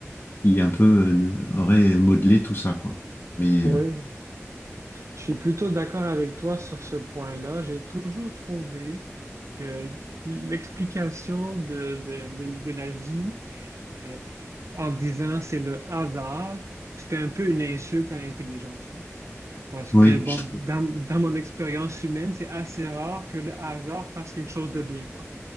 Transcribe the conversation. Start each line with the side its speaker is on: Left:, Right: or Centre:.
Left: qui un peu euh, aurait modelé tout ça, quoi. Mais
Right: ouais.
Left: euh,
Right: Je suis plutôt d'accord avec toi sur ce point-là. J'ai toujours trouvé que l'explication de, de, de, de la vie euh, en disant c'est le hasard, c'était un peu une insulte à l'intelligence, quoi. Parce
Left: oui,
Right: que, bon,
Left: je trouve,
Right: dans, dans mon expérience humaine, c'est assez rare que le hasard fasse quelque chose de bien, quoi,